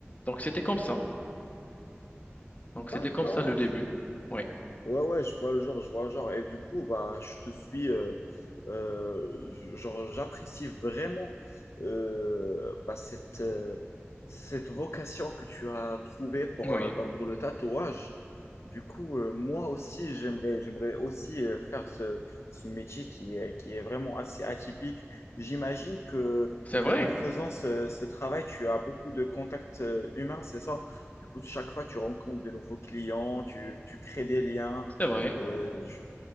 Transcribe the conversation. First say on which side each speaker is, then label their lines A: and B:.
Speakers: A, on the left (about 35°); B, on the left (about 75°).
A: Donc c'était comme ça. Donc
B: D'accord.
A: c'était comme ça le début. Oui,
B: Ouais, ouais, je vois le genre, je vois le genre. Et du coup, bah, je te suis, euh, euh, j- genre, j'apprécie vraiment euh, bah, cette, euh, cette vocation que tu as trouvée pour,
A: oui,
B: euh, bah, pour le tatouage. Du coup, euh, moi aussi, j'aimerais, j'aimerais aussi euh, faire ce, ce métier qui est, qui est vraiment assez atypique. J'imagine que,
A: c'est
B: que
A: vrai,
B: en faisant ce, ce travail, tu as beaucoup de contacts euh, humains, c'est ça? Du coup, chaque fois, tu rencontres de nouveaux clients, tu, tu crées des liens.
A: c'est vrai.
B: Euh, je-